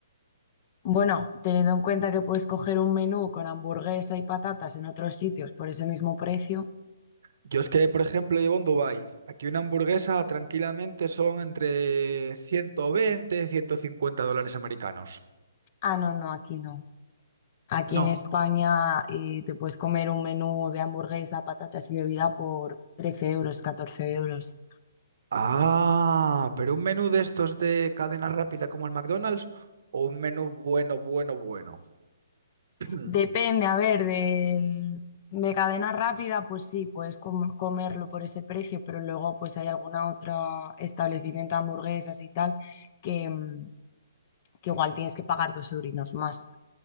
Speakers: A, on the left; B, on the right.
A: Bueno, teniendo en cuenta que puedes coger un menú con hamburguesa y patatas en otros sitios por ese mismo precio.
B: Yo es que, por ejemplo, llevo en Dubái. Aquí una hamburguesa tranquilamente son entre ciento veinte, y ciento cincuenta dólares americanos.
A: Ah, no, no, aquí no. Aquí
B: No.
A: en España eh, te puedes comer un menú de hamburguesa, patatas y bebida por 13 euros, 14 euros.
B: Ah, pero un menú de estos de cadena rápida como el McDonald's o un menú bueno, bueno, bueno. <clears throat>
A: Depende, a ver, del- de, cadena rápida, pues sí, puedes com- comerlo por ese precio, pero luego pues hay alguna otra establecimiento de hamburguesas y tal que, mm, que igual tienes que pagar dos eurinos más,